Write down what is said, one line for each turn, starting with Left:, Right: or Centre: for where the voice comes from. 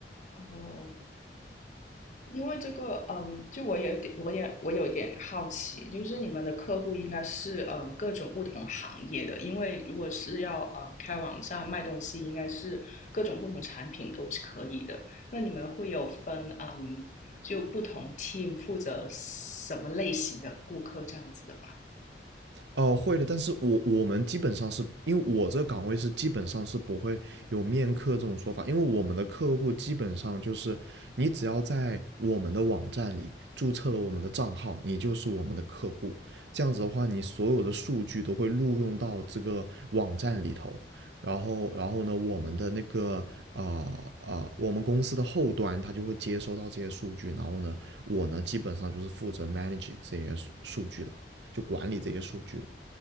Left: 哦，因为这个，嗯，就我有点，我也我有点好奇，就是你们的客户应该是嗯各种不同行业的，因为如果是要嗯开网站卖东西，应该是各种不同产品都是可以的。那你们会有分嗯就不同 team 负责什么类型的顾客这样子的吗？
Right: 呃，会的，但是我我们基本上是因为我这个岗位是基本上是不会有面客这种说法，因为我们的客户基本上就是你只要在我们的网站里注册了我们的账号，你就是我们的客户。这样子的话，你所有的数据都会录用到这个网站里头。然后，然后呢，我们的那个呃呃，我们公司的后端它就会接收到这些数据，然后呢，我呢基本上就是负责 manage 这些数数据的。就管理这些数据的。